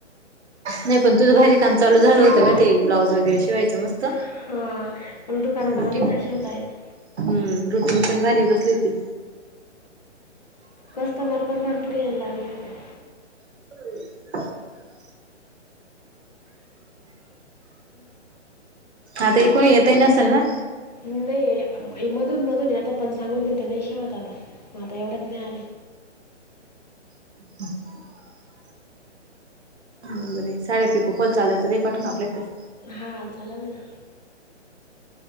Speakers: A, on the right (about 60°); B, on the left (about 35°).
A: नाही पण तुझं भारी काम चालू झालं होतं का ते ब्लाउज वगैरे शिवायचं मस्त
B: हा पण दुकानामुळे
A: रुटीन
B: नाही ना शिवता येत
A: हम्म रुटीन पण भारी बसली होती
B: कस्टमर पण भरपूर यायला लागले होते.
A: हो. आता एकू येेतही नसेल ना.
B: नाही मधून मधून आता पण सांगून द ते नाही शेवत आता. मगं आता एवढ्यात मिळाले.
A: <inaudible> ह बरे साड्या पिको फॉल चालू आहेत दे पाठवून आपल्याकडे.
B: हा चालाल ना.